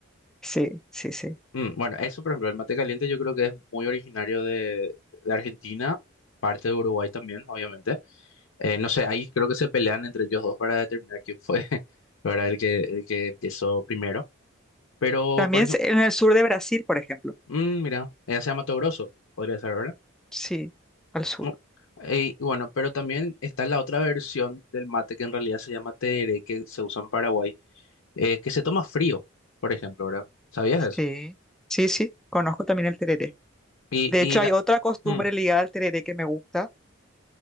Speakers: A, in the centre; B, on the left (about 70°).
A: sí, sí, sí.
B: Mm, bueno, eso, por ejemplo, el mate caliente yo creo que es muy originario de, de Argentina, parte de Uruguay también, obviamente. Eh, no sé, ahí creo que se pelean entre ellos dos para determinar quién fue, <laughs> ¿verdad? El que, el que empezó primero. Pero,
A: También
B: por ejemplo,
A: se- en el sur de Brasil, por ejemplo.
B: mm, mira, ella se llama Mato Grosso, podría ser, ¿verdad?
A: Sí, al sur.
B: No. Eh, Y bueno, pero también está la otra versión del mate que en realidad se llama tereré, que se usa en Paraguay, eh, que se toma frío, por ejemplo, ¿verdad? ¿Sabías eso?
A: Sí, sí, sí, conozco también el tereré.
B: Y,
A: De
B: y
A: hecho,
B: la...
A: hay otra costumbre
B: mm,
A: ligada al tereré que me gusta.